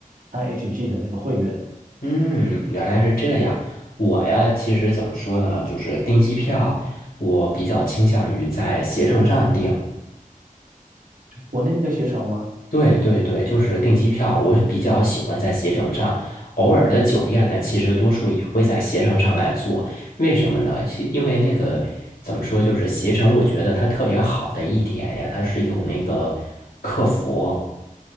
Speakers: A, on the right (about 70°); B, on the left (about 85°).
A: IHG 的那个会员。
B: 嗯，原来是这样。我呀，其实怎么说呢，就是订机票，我比较倾向于在携程上订。
A: 国内那个携程吗？
B: 对对对，就是订机票，我比较喜欢在携程上。偶尔的酒店呢，其实多数也会在携程上来做。为什么呢？其因为那个怎么说，就是携程，我觉得它特别好的一点呀，它是有那个客服，